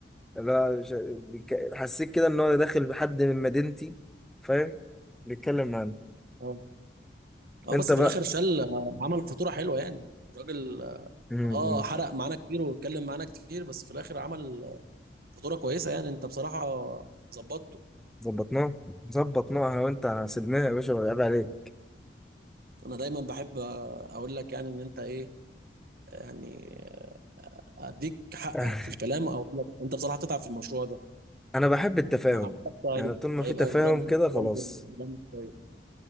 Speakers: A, in the centre; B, on the right.
A: اللي هو مش- بيك- حسيت كده ان هو داخل بحد من مدينتي فاهم بيتكلم معانا
B: اه اه
A: انت
B: بس
A: بقى
B: في الاخر شال آه، عمل فاتوره حلوه يعني الراجل اه
A: <laughs>
B: آه، حرق معانا كتير واتكلم معانا كتير بس في الاخر عمل فاتوره كويسه يعني انت بصراحه ظبطته
A: ظبطناه ظبطناه انا وانت سيبناه يا باشا ولا عيب عليك
B: انا دايما بحب اقول لك يعني ان انت ايه يعني اديك حقك
A: <laughs>
B: في الكلام او اقول لك انت بصراحه هتتعب في المشروع ده
A: انا بحب التفاهم
B: ومع الوقت طيب
A: يعني طول ما في
B: هيبقى
A: تفاهم
B: براند
A: كده خلاص
B: براند براند طيب